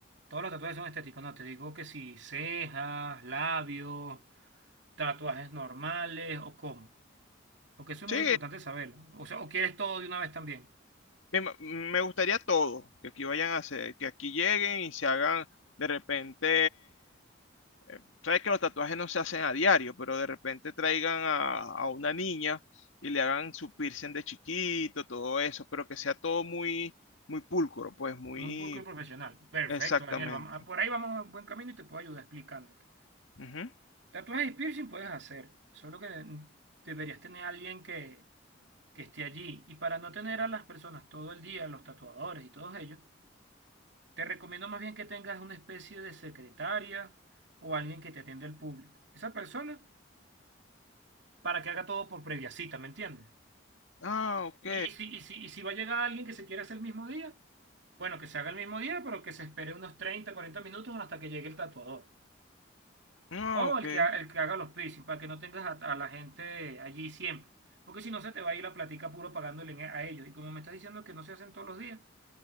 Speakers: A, on the right; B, on the left.
A: todos los tatuajes son estéticos, no, te digo que si cejas, labios, tatuajes normales o cómo. Porque eso es
B: Sí,
A: muy importante saberlo. O sea, o quieres todo de una vez también.
B: Me, ma- me gustaría todo, que aquí vayan a hacer, que aquí lleguen y se hagan de repente, eh, sabes que los tatuajes no se hacen a diario, pero de repente traigan a, a una niña y le hagan su piercing de chiquito, todo eso, pero que sea todo muy, muy pulcro, pues muy
A: Muy pulcro y profesional. Perfecto,
B: exactamente.
A: Daniel. Vamos, a- por ahí vamos a un buen camino y te puedo ayudar explicándote.
B: Ujú.
A: Tatuajes y piercing puedes hacer, solo que de- deberías tener a alguien que, que esté allí. Y para no tener a las personas todo el día, los tatuadores y todos ellos, te recomiendo más bien que tengas una especie de secretaria o alguien que te atienda el público. Esa persona para que haga todo por previa cita, ¿me entiendes?
B: Ah, ok.
A: Y si, y si, y si va a llegar alguien que se quiera hacer el mismo día, bueno, que se haga el mismo día, pero que se espere unos 30 40 minutos hasta que llegue el tatuador.
B: Ah,
A: O
B: ok.
A: el que, ha- el que haga los piercing, para que no tengas a, a la gente allí siempre. Porque si no, se te va a ir la platica puro pagándole en- e, a ellos. Y como me estás diciendo que no se hacen todos los días,